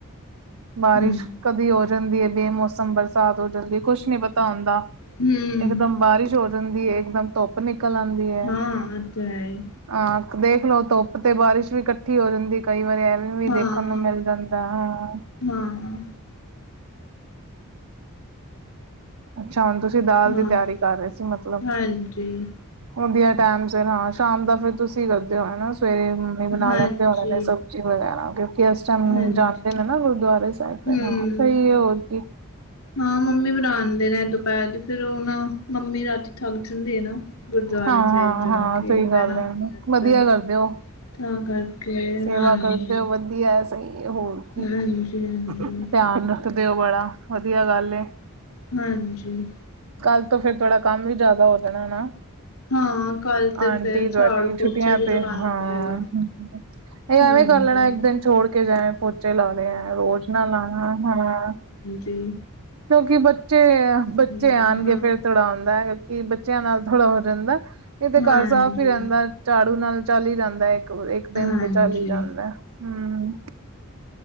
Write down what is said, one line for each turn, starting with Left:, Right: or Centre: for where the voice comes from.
Right: ਬਾਰਿਸ਼
Left: ਹੂੰ
Right: ਕਦੀ ਹੋ ਜਾਦੀ ਹੈ। ਬੇਮੋਸਮ ਬਰਸਾਤ ਹੋ ਜਾਦੀ ਹੈ। ਕੁਛ ਨੀ ਪਤਾ ਹੁੰਦਾ
Left: ਹੂੰ।
Right: ਇਕ ਦਮ ਬਾਰਿਸ਼ ਹੋ ਜਾਦੀ ਹੈ। ਇਕ ਦਮ ਧੁੱਪ ਨਿਕਲ ਆਉਦੀ ਹੈ।
Left: ਹਾਂ ਤੇ ਹੈ
Right: ਹਾਂ ਦੇਖ ਲੋ ਧੁੱਪ ਤੇ ਬਾਰਿਸ਼ ਵੀ ਇਕਠੀ ਹੋ ਜਾਦੀ ਕਈ ਵਾਰੀ ਐ ਵੀ
Left: ਹਾਂ
Right: ਦੇਖਣ ਨੂੰ ਮਿਲ ਜਾਦਾ ਹੈ।
Left: ਹਾਂ
Right: ਅਛਾ ਹੁਣ ਤੁਸੀ ਦਾਲ
Left: ਹਾਂ
Right: ਦੀ ਤਿਆਰੀ ਕਰ ਰਹੇ ਸੀ ਮਤਲਬ
Left: ਹਾਂਜੀ
Right: ਹੁੰਦੀਆ ਟਾਈਮ ਫਿਰ ਹਾਂ ਸ਼ਾਮ ਦਾ ਫੇਰ ਤੁਸੀ ਕਰਦੇ ਹੋ ਹਨਾ ਸਵੇਰੇ ਮੰਮੀ ਬਣਾ
Left: ਹਾਂਜੀ
Right: ਲੈਦੇ ਹੋ ਉਹਣੇ ਨੇ ਸਬ ਵਗੈਰਾ ਕਿ ਇਸ ਟਾਈਮ
Left: ਹਾਂਜੀ
Right: ਜਾਦੇ ਨੇ ਨਾ ਗੁਰਦੁਆਰੇ ਸਾਹਿਬ
Left: ਹਮ
Right: ਹਾਂ ਸਹੀ ਹੋਰ ਕੀ
Left: ਹਾਂ ਮੰਮੀ ਬਣਾਉਣਦੇ ਨੇ ਦੁਪਹਿਰ ਦੀ ਫੇਰ ਉਹ ਨਾ ਮੰਮੀ ਰਾਤੀ ਥੱਗ ਜਾਦੇ ਨੇ ਗੁਰਦੁਆਰੇ
Right: ਹਾਂ
Left: ਸਾਹਿਬ
Right: ਹਾਂ
Left: ਜਾ
Right: ਹਾਂ
Left: ਕੇ
Right: ਸਹੀ
Left: ਬਹਿਣਾ
Right: ਗੱਲ ਹੈ
Left: ਹੁੰਦਾ
Right: ਵਧੀਆ ਕਰਦੇ ਹੋ
Left: ਤਾਂ ਕਰਕੇ
Right: ਸੇਵਾ
Left: ਹਾਂਜੀ
Right: ਕਰਦੇ ਹੋ ਵਧੀਆ ਸਹੀ ਹੈ ਹੋਰ ਕੀ-
Left: ਹਾਂਜੀ ਹਾਂਜੀ
Right: ਧਿਆਨ ਰੱਖਦੇ ਓ ਬੜਾ ਵਧੀਆ ਗੱਲ ਏ-
Left: ਹਾਂਜੀ
Right: ਕਲ ਤੋ ਫੇਰ ਥੋੜਾ ਕਮ ਵੀ ਜਿਆਦਾ ਹੋ ਜਾਣਾ ਹੈ।
Left: ਹਾਂ ਕੱਲ ਤੇ
Right: ਆਂਟੀ
Left: ਫਿਰ ਝਾੜੂ
Right: ਤੁਹਾਡੀੇ
Left: ਪੋਚਾ
Right: ਛੁੱਟੀਆਂ
Left: ਵੀ ਲਗਾਉਣਾ
Right: ਤੇ ਹਾਂ
Left: ਪਏਗਾ
Right: ਇਹ ਐਵੇ
Left: ਹਾਂਜੀ
Right: ਕਰ ਲਣਾ ਇਕ ਦਿਨ ਛੜ ਕੇ ਗਏ ਪਹੁੰਚੇ ਲਾ ਕੇ ਮੈ ਰੋਜ਼ ਨਾਲ ਲਾਉਣਾ ਹਾਂ
Left: ਜੀ
Right: ਕਿਉਕਿ ਬੱਚੇ ਬੱਚੇ
Left: ਆ
Right: ਆਉਣਗੇ
Left: ਹਾਂ
Right: ਫਿਰ ਥੋੜਾ ਹੁੰਦਾ, ਕਿ ਬੱਚਿਆਂ ਨਾਲ ਥੋੜਾ ਹੋ ਜਾਦਾ ਨਹੀਂ ਤੇ
Left: ਹਾਂਜੀ
Right: ਘਰ ਸਾਫ਼ ਹੀ ਰਹਿਦਾ ਝਾੜੂ ਨਾਲ ਚਲ ਹੀ ਜਾਦਾ ਇਕ ਇਕ ਦਿਨ
Left: ਹਾਂਜੀ
Right: ਤੇ ਚਲ ਹੀ ਜਾਦਾ ਹੂੰ